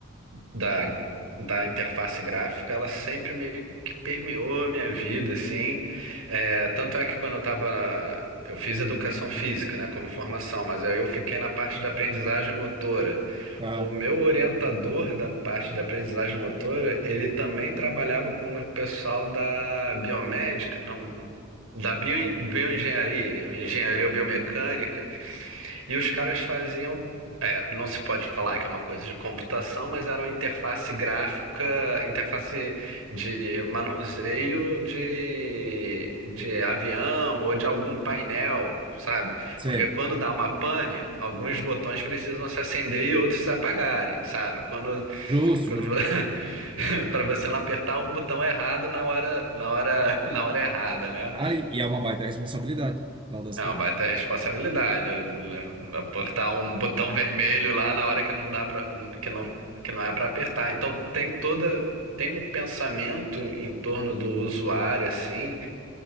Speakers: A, on the right; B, on the right.
A: da, da interface gráfica, ela sempre meio que permeou a minha vida, assim. É, tanto é que quando eu tava, eu fiz educação física, né, como formação, mas aí eu fiquei na parte de aprendizagem motora.
B: Ah,
A: O meu orientador da parte de aprendizagem motora, ele também trabalhava com o pessoal da biomédica, não, da bio, bioengenharia, engenharia biomecânica. E os caras faziam. é, não se pode falar que é uma coisa de computação, mas era uma interface gráfica, interface de manuseio de, de avião ou de algum painel, sabe?
B: Sei.
A: Porque quando dá uma pane, alguns botões precisam se acender e outros se apagarem, sabe? Quando,
B: Justo,
A: quando
B: justo.
A: <laughs> para você não apertar um botão errado na hora, na hora, na hora errada, né?
B: Cara, e e é uma baita responsabilidade, afinal das
A: É
B: contas.
A: uma baita responsabilidade, né? Apertar um botão vermelho lá na hora que não dá para que não que não é para apertar. Então tem toda tem um pensamento em torno do usuário assim,